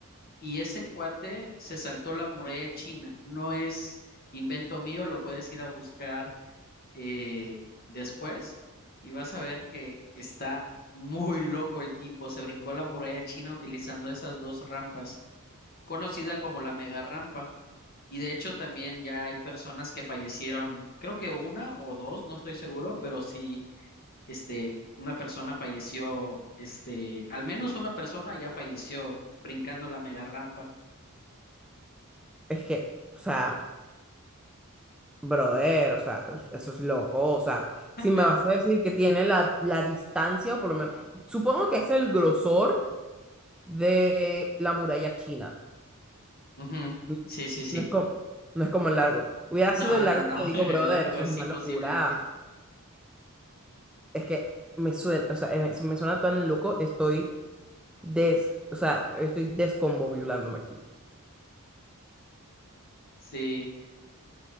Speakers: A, on the left (about 45°); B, in the centre.
A: Y ese cuate se saltó la muralla de China. No es invento mío, lo puedes ir a buscar eh, después y vas a ver que está muy loco el tipo. Se brincó la muralla china utilizando esas dos rampas conocida como la mega rampa. Y de hecho también ya hay personas que fallecieron, creo que una o dos, no estoy seguro, pero sí, este, una persona falleció, este, al menos una persona ya falleció brincando la mega rampa.
B: Es que, o sea, brother, o sea, eso es loco, o sea,
A: <laughs>
B: si me vas a decir que tiene la, la distancia, o por lo menos, supongo que es el grosor de la muralla china.
A: Ujú,
B: No
A: Sí, sí, sí.
B: no es como, no es como el largo. Hubiera
A: No,
B: sido el
A: no,
B: largo
A: no,
B: y te digo,
A: <laughs> el
B: brother,
A: largo
B: eso
A: es
B: es una
A: imposible.
B: locura. Es que me suena, o sea, eh, me, me suena tan loco, estoy Des, o sea, estoy descombobulándome aquí.
A: Sí,